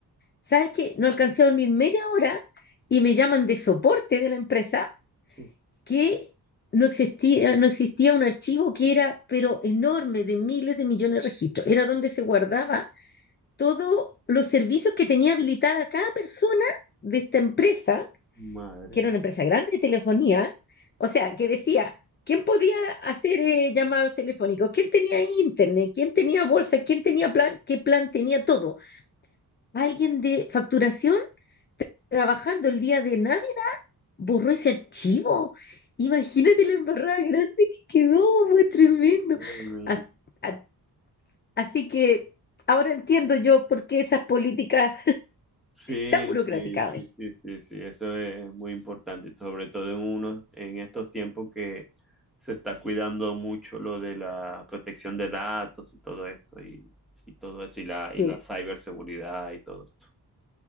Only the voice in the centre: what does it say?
sí.
Madre
Madre mía.
Sí,
sí, sí,
sí, sí, sí, eso es muy importante, sobre todo en unos, en estos tiempos que se está cuidando mucho lo de la protección de datos y todo esto, y, y todo eso, y la,
y la ciberseguridad y todo esto.